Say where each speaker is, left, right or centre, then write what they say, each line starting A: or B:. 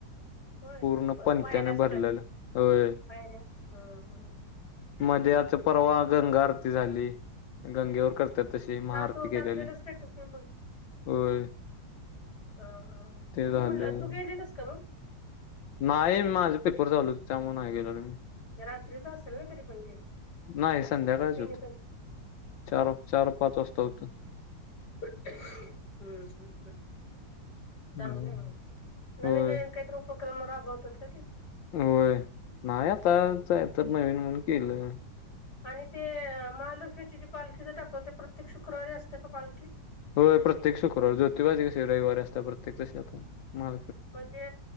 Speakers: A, on the left (about 60°); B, on the left (about 80°).
A: होय
B: पूर्ण
A: बस
B: पणत्याने
A: पायऱ्या सगळ्या
B: भरलेलं, होय
A: पायऱ्या हम्म हम्म
B: मध्ये आता परवा गंगा आरती झाली. गंगेवर करतात. तशी महाआरती
A: हा तो
B: केलेली.
A: टाकलेला स्टेटस मी
B: होय
A: ह हा,
B: ते
A: मी
B: झालं.
A: म्हंटलं तू गेलेलस का मग?
B: नाही माझे पेपर चालू येत, त्यामुळे नाही गेलो मी.
A: रात्रीच असेल ना तरी पण ते?
B: नाही संध्याकाळच
A: तिन
B: होतं. चार- चार पाच वाजता होत.
A: हम्म हम्म हम्म <inaudible> चांगलंय
B: हम्म
A: मग, नवीन
B: होय
A: नवीन काहीतरी उपक्रम राबवतात का ते?
B: होय नाही आता,
A: चांगलं
B: कायतर नवीन म्हणून केलं.
A: आणि ते महालक्ष्मीची जी पालखी च दाखवते, ते प्रत्येक शुक्रवारी असते का पालखी?
B: हो प्रत्येक शुक्रावारी, ज्योतिबाजी कसे रविवारी असता प्रत्येक, तसे आता महा
A: म्हणजे,